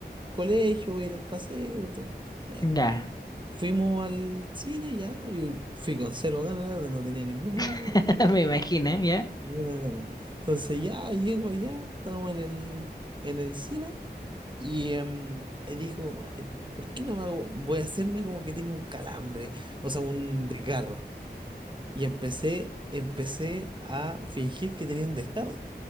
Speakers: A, on the right; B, on the left.
A: colegio, voy a ir al paseo, todo. Ya.
B: Ya.
A: Fuimos al cine, ya, yo fui con cero ganas, la verdad, no tenía ninguna
B: <laughs>
A: gana.
B: Me imagino, ¿ya?
A: Ni una gana. Entonces ya llego allá, estamos en el, en el cine y, em, y dijo, "Ay, ¿por qué no me hago? Voy a hacerme como que tengo un calambre, o sea, un desgarro. Y empecé, empecé a fingir que tenía un desgarro.